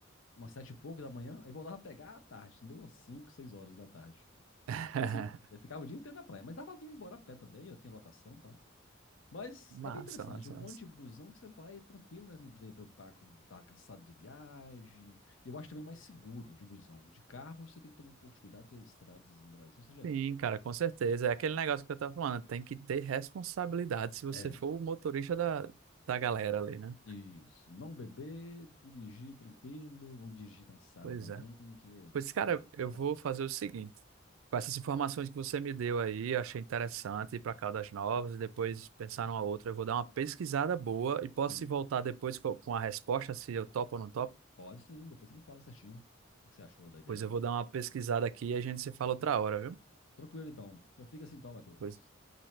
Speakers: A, on the left (about 70°); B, on the right (about 80°).
A: umas sete e pouco da manhã, aí voltava a pegar à tarde, entendeu? Às cinco, seis horas da tarde.
B: <laughs>
A: Mas, Assim, eu ficava o dia inteiro na praia, mas dava pra vir embora a pé também, eu tinha lotação e tal. Mas
B: Massa,
A: é bem interessante,
B: massa,
A: o bonde
B: massa.
A: de busão é que você vai tranquilo, né? Você não precisa se preocupar com estar cansado de viagem. E eu acho também mais seguro de busão. De carro, você tem que tomar um pouco de cuidado, que as estradas do Brasil, você já
B: Sim,
A: viu, né?
B: cara, com certeza. É aquele negócio que eu tava falando. Tem que ter responsabilidade se você
A: É,
B: for o motorista da, da galera ali, né?
A: Isso. Não beber, dirigir tranquilo, não dirigir cansado
B: pois
A: também,
B: é
A: que
B: Pois, cara,
A: é evitar
B: eu
A: confusão.
B: vou fazer o seguinte. Com essas informações que você me deu aí, eu achei interessante ir para Caldas Novas e depois pensar numa outra. Eu vou dar uma pesquisada boa e posso
A: Sim,
B: se voltar depois co- com a resposta, se eu topo ou não topo.
A: pode sim, depois você me fala certinho o que que você achou da ideia
B: Pois
A: e tal.
B: eu vou dar uma pesquisada aqui e a gente se fala outra hora, viu?
A: Tranquilo então. Então fica assim então, Matheus.
B: Pois,